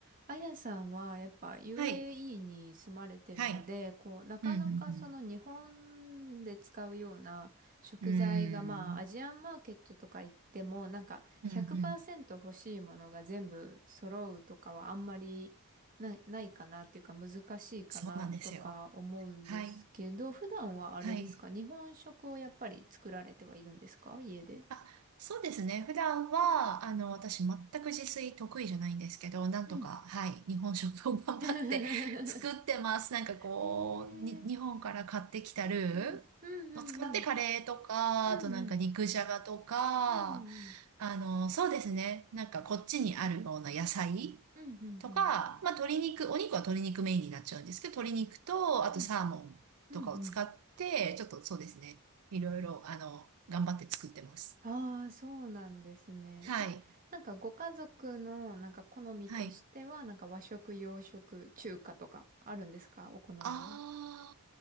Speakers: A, on the right (about 40°); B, on the right (about 75°).
A: あやさんはやっぱ UAE
B: はい。
A: に住まれてるので、
B: はい。
A: こう、なかなかその日本で使うような食材がまあアジアンマーケットとか行ってもなんか100%
B: うん、うん、うん。うーん。うん、うん。
A: 欲しいものが全部揃うとかはあんまりな、ないかなっていうか難しいかなとか思うんですけど、
B: そうなんですよ。はい。
A: 普段はあれですか日本食をやっぱり作られてはいるんですか家で。
B: はい。あ、そうですね。普段は、あの、私、全く自炊得意じゃないんですけど、なんとか、
A: うん。うん。
B: はい。日本食を頑張って
A: <laughs>
B: <laughs> 作ってます。なんかこう、
A: へ
B: に、
A: え。
B: 日本から買ってきたルーを使ってカレーとか、
A: うん。うんうんうんうんうん。
B: あとなんか肉じゃがとか、
A: うんうん。
B: あの、そうですね。なんかこっちにあるような野菜。
A: うんうんうん。
B: とか、まあ、鶏肉、お肉は鶏肉メインになっちゃうんですけど、鶏肉と、あとサーモンとかを使って、
A: うんうんうん。
B: ちょっとそうですね。いろいろ、あの、頑張って作ってます。
A: ああ、そうなんですね。
B: はい。
A: え、なんかご家族のなんか好みとしては、
B: はい。
A: なんか和食、洋食、中華とかあるんですかお好みは。
B: あ